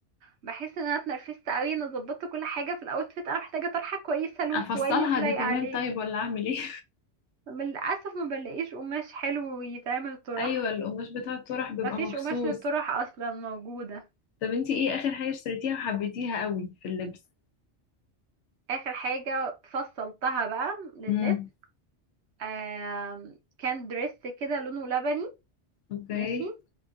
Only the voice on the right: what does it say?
بحس إن أنا اتنرفزت أوي أنا ظبطت كل حاجة في الأوتفيت أنا محتاجة طرحة كويسة لون
كويس لايق
عليه
للأسف ما بلاقيش قماش حلو يتعمل
طرح
ما فيش
قماش للطرح أصلا موجودة
آخر حاجة فصلتها بقى لللب
آه كان دريس كده لونه لبني
ماشي